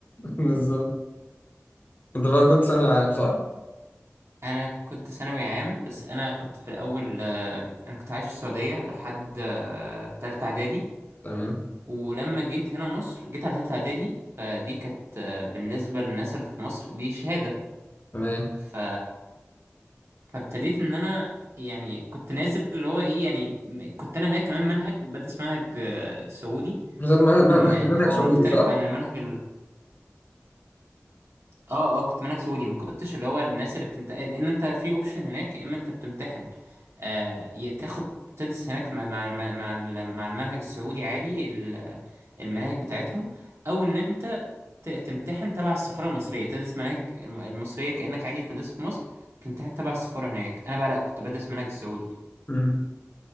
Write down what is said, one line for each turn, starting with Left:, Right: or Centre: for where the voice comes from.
Left: بالظبط انت بقى كنت ثانوي عام صح؟
Right: انا كنت ثانوي عام بس انا كنت في الاول آه، انا كنت عايش في السعودية لحد آه، تالتة اعدادي
Left: تمام
Right: ولما جيت هنا مصر جيت على تالتة اعدادي فدي كانت آه، بالنسبة للناس اللي في مصر دي شهادة
Left: تمام
Right: ف... فابتديت ان انا يعني كنت نازل اللي هو ايه يعني م- كنت انا هناك كمان منهج بدرس منهج آه، سعودي
Left: طب ما- ما-
Right: م-
Left: ما- منهج
Right: هو
Left: سعودي
Right: مختلف
Left: صح؟
Right: عن المنهج اه اه كنت منك سعودي ما كنتش اللي هو الناس اللي بتمتحن لان انت في اوبشن هناك يا اما انت بتمتحن آه يا بتاخد تدرس هناك مع مع مع مع ال- مع المنهج السعودي عادي ال- المناهج بتاعتهم او ان انت ت- تمتحن تبع السفاره المصريه تدرس مناهج الم- المصريه كانك عادي في مدرسه في مصر وتمتحن تبع السفاره هناك انا بقى لا كنت بدرس منهج السعودي
Left: امم